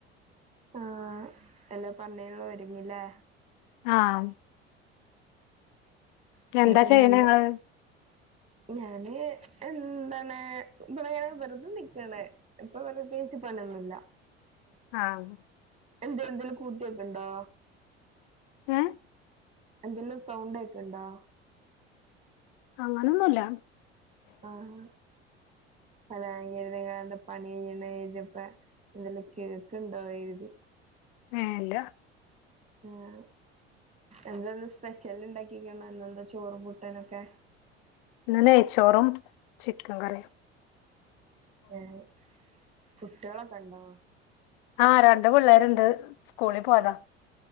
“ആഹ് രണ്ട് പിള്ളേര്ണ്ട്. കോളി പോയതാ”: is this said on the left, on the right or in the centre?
Left